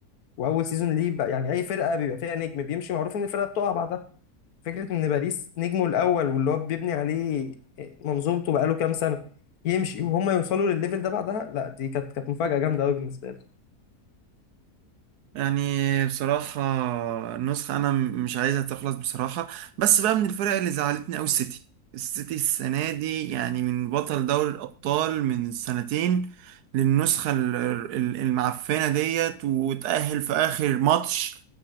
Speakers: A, on the left; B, on the right.
A: واول سيزون ليه بقى يعني اي فرقة بيبقى فيها نجم بيمشي معروف ان الفرقة بتقع بعدها فكرة ان باريس نجمه الاول واللي هو بيبني عليه منظومته بقاله كام سنة يمشي وهم يوصلوا للليفل ده بعدها لا دي كانت كانت مفاجأة جامدة قوي بالنسبة لي
B: يعني بصراحة النسخة أنا م- مش عايزها تخلص بصراحة بس بقى من الفرق اللي زعلتني أوي السيتي السيتي السنة دي يعني من بطل دوري الأبطال من سنتين للنسخة ال- ال- المعفنة ديت وتأهل في آخر ماتش